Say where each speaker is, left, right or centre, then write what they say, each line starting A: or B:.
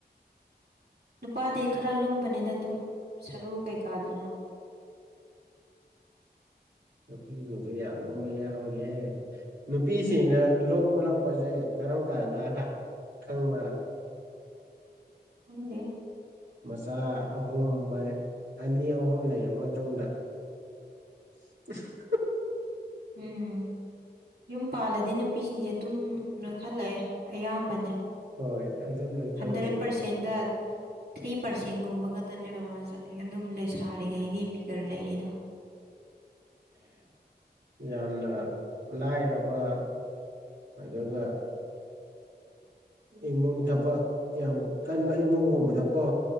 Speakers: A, on the right (about 65°); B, on the right (about 85°).
A: ꯅꯨꯄꯥꯗꯤ ꯈꯔ ꯂꯨꯝꯕꯅꯤꯅ ꯑꯗꯨꯝ ꯁꯔꯨ ꯀꯩꯀꯥꯗꯨꯅ
B: ꯅꯨꯄꯤꯁꯤꯡꯁꯦ ꯌꯥꯝ ꯂꯨꯝꯕ ꯌꯥꯎꯕꯅꯦꯍꯦ ꯅꯨꯄꯤꯁꯤꯡꯅ ꯂꯣꯝꯂꯛꯄꯁꯦ ꯀꯔꯝ ꯀꯥꯟꯅ ꯈꯪꯕ꯭ꯔꯥ
A: ꯐꯪꯅꯦ
B: ꯃꯆꯥ ꯑꯍꯨꯝ ꯑꯅꯤ ꯑꯍꯨꯝ ꯂꯩꯔꯕ ꯃꯇꯨꯡꯗ <unintelligible>
A: ꯎꯝ ꯌꯨꯝ ꯄꯥꯜꯂꯗꯤ ꯅꯨꯄꯤꯁꯤꯡꯁꯦ ꯑꯗꯨꯝ ꯂꯣꯏꯈꯠꯂꯛꯑꯦ ꯑꯌꯥꯝꯕꯅꯦ
B: ꯍꯣꯏ ꯑꯗꯨꯝ ꯅꯣꯏꯈꯠꯄꯅꯦ
A: ꯍꯟꯗ꯭ꯔꯦꯠ ꯄꯔꯁꯦꯟꯗ ꯊ꯭ꯔꯤ ꯄꯥꯔꯁꯦꯟꯒꯨꯝꯕ ꯈꯛꯇꯅꯦꯕ ꯑꯗꯨꯝ ꯂꯩꯁꯔꯤꯉꯩꯒꯤ
B: ꯎꯝ
A: ꯐꯤꯒꯔ ꯂꯩꯔꯤꯗꯣ
B: ꯌꯥꯝꯅ ꯂꯥꯏꯔꯕ ꯑꯗꯨꯒ ꯏꯃꯨꯡ ꯊꯕꯛ ꯌꯥꯝ ꯀꯟꯕ ꯏꯃꯨꯡꯒꯨꯝꯕꯗꯀꯣ